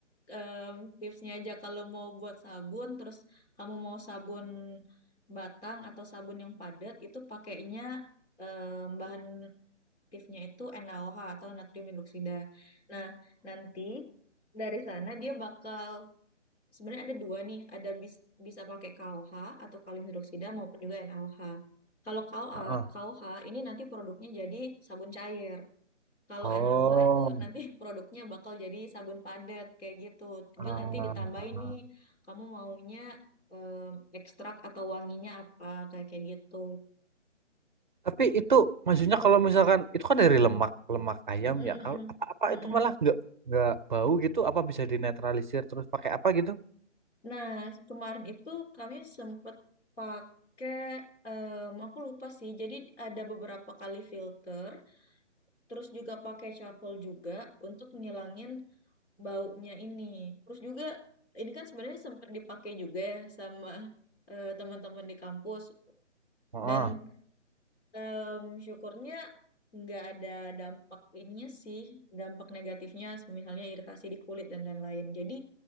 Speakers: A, on the left (about 65°); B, on the right (about 40°).
A: em, tipsnya aja kalau mau buat sabun terus kamu mau sabun batang atau sabun yang padat itu pakainya em, bahan aktifnya itu NaOH atau natrium hidroksida. Nah, nanti dari sana dia bakal sebenarnya ada dua nih, ada bis, bisa pakai KOH atau kalium hidroksida maupun juga NaOH. Kalau KOA,
B: Heeh.
A: KOH ini nanti produknya jadi sabun cair. Kalau
B: Oh,
A: NaOH itu nanti <laughs> produknya bakal jadi sabun padat kayak gitu. Tinggal
B: heeh,
A: nanti ditambahin
B: heeh.
A: nih, kamu maunya em, ekstrak atau wanginya apa kayak kayak gitu.
B: Tapi itu maksudnya kalau misalkan itu kan dari lemak lemak ayam
A: Mm-mm-mm-mm.
B: ya kalau apa-apa
A: Mm-mm.
B: itu malah nggak nggak bau gitu apa bisa dinetralisir terus pakai apa gitu?
A: Nah, kemarin itu kami sempet pakai, em, aku lupa sih. Jadi ada beberapa kali filter, terus juga pakai charcoal juga untuk ngilangin baunya ini. Terus juga ini kan sebenarnya sempat dipakai juga ya sama eh, teman-teman di kampus
B: Heeh.
A: dan em, syukurnya nggak ada dampak ininya sih, dampak negatifnya misalnya iritasi di kulit dan lain-lain. Jadi